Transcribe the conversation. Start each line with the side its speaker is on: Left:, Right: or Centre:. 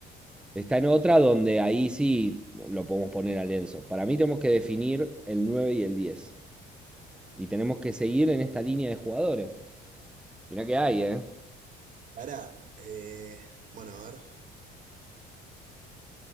Centre: Está en otra donde ahí sí lo podemos poner a Lenzo. Para mí tenemos que definir el 9 y el diez Y tenemos que seguir en esta línea de jugadores. Mirá que hay, ¿eh?
Right: Pará, eh, bueno, a ver.